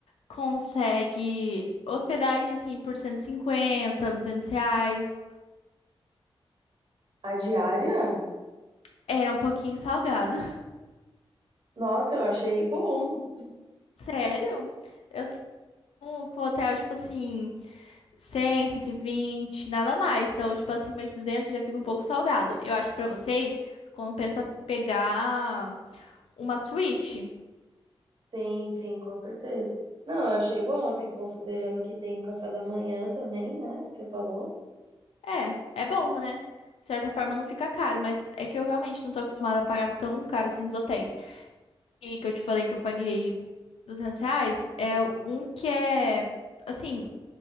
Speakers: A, on the left; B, on the right.
A: consegue hospedagem assim por 150, 200 reais.
B: A diária?
A: É um pouquinho salgado.
B: Nossa, eu achei bom.
A: <laughs> Sério? Eu tô com o hotel, tipo assim, cem, cento e vinte, nada mais. Então, tipo, acima de 200 já fica um pouco salgado. Eu acho que pra vocês compensa pegar uma Switch.
B: Sim, sim, com certeza. Não, eu achei bom, assim, considerando que tem o café da manhã também, né? Que você falou.
A: É, é bom, né? De certa forma não fica caro, mas é que eu realmente não tô acostumada a pagar tão caro assim nos hotéis. E que eu te falei que eu paguei 200 reais, é um que é, assim,